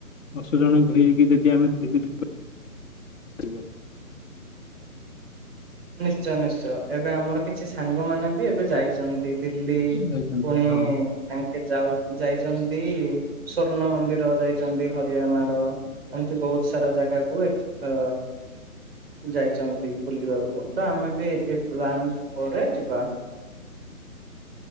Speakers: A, on the left; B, on the right.
A: ଦଶ ଜଣ ହେଇକି ଯଦି ଆମେ ଦିଲ୍ଲୀ ଯିବା ଯିବା
B: ନିଶ୍ଚୟ ନିଶ୍ଚୟ ଏବେ ଆମର କିଛି ସାଙ୍ଗମାନେବି ଏବେ ଯାଇଚନ୍ତି। ଦିଲ୍ଲୀ
A: ଯାଇଥାନ୍ତେ।
B: ପୁଣି
A: ହଁ
B: ତାଙ୍କେ ଯାଉ ଯାଇଚନ୍ତି ସ୍ଵର୍ଣ୍ଣ ମନ୍ଦିର ଯାଇଚନ୍ତି ହରିୟାଣର। ଏମିତି ବହୁତ ସାରା ଜାଗାକୁ ଅ ଯାଇଚନ୍ତି ବୁଲିବାକୁ। ତ ଆମେବି ଏପ୍ଲାନ୍ଟା ପରେ ଯିବା।